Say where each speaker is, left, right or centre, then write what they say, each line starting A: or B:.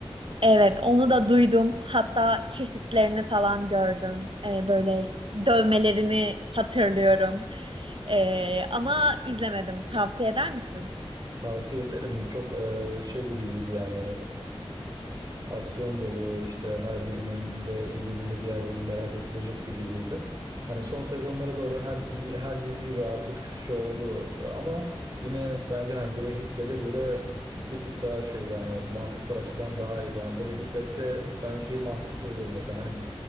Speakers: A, on the right; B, on the right.
A: Evet, onu da duydum. Hatta kesitlerini falan gördüm. Ee, böyle dövmelerini hatırlıyorum. Ee, ama izlemedim. Tavsiye eder misin?
B: Tavsiye ederim. Çok e, şey bir diziydi yani. E, aksiyon dolu işte her bölümünde izlediğinde diğer bölüm merak ettirecek bir diziydi. Hani son sezonlara doğru her dizi, her dizi gibi artık şey oldu ama yine bence hani Breaking Bad'e göre bir tık daha şeydi hani mantıksal açıdan daha iyiydi. Yani Breaking Bad'de ben şeyi mantıksız buluyordum mesela hani